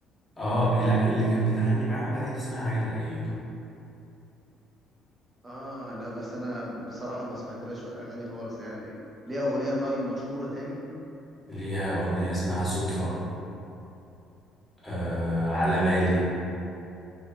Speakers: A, in the centre; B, on the right (about 25°).
A: اه لا اللي كان بتغني معاهم بقى دي اسمها عايدة الأيوبي
B: آه لا بس أنا بصراحة ما سمعتلاش أغاني خالص يعني ليها أغنية طيب مشهورة تاني
A: ليها أغنية اسمها صدفة آه على بالي